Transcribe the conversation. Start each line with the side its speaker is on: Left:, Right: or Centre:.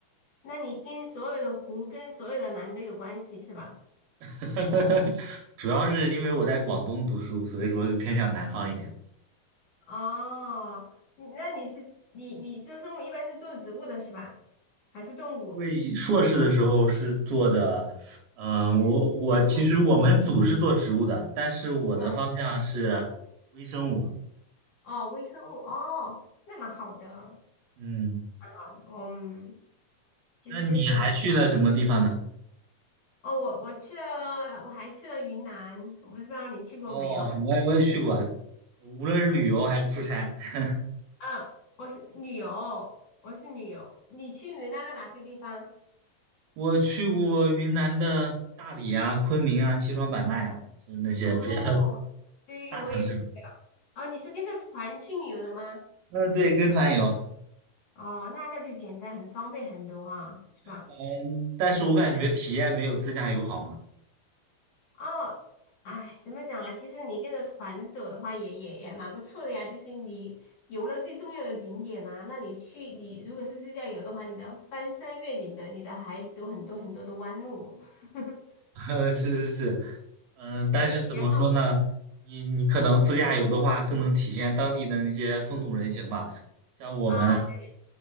Left: 那你跟所有的湖跟所有的蓝都有关系是吧？
Right: <laughs> 主要是因为我在广东读书，所以说就偏向南方一点。
Left: 哦，你那你是你你做生物一般是做植物的是吧？还是动物？
Right: 因为硕士的时候是做的，嗯、
Left: 植植物。
Right: 我我其实我们组是做植物的，但是我的方向是微生物。
Left: 嗯，哦，微生物。哦，那蛮好的，
Right: 嗯，
Left: 蛮好的。嗯。其实
Right: 那你还去了什么地方呢？
Left: 哦，我我去了，我还去了云南，我不知道你去过没有？
Right: 哦，我也我也去过，无论是旅游还是出差，<laughs>
Left: <laughs> 嗯，我是旅游，我是旅游。你去云南的哪些地方？
Right: 我去过云南的大理啊、昆明啊、西双版纳呀、就是那些比较
Left: 哦，对，
Right: 大城市。
Left: 我也是的。哦，你是跟着团去旅游的吗？
Right: <laughs> 嗯，对，跟团游。
Left: 哦，那那就简单，很方便很多啊，是吧？
Right: 嗯，但是我感觉体验没有自驾游好嘛。
Left: 哦，哎，怎么讲呢？其实你跟着团走的话也，也也蛮不错的呀。就是你游了最重要的景点呐、那你去，你如果是自驾游的话，你的翻山越岭的，你的还走很多很多的弯路。<laughs>
Right: <laughs> 是是是，嗯，
Left: 对，
Right: 但是怎么说呢？
Left: 然后
Right: 你你可能自驾游的话，更能体现当地的那些风土人情吧。像我们
Left: 啊，对，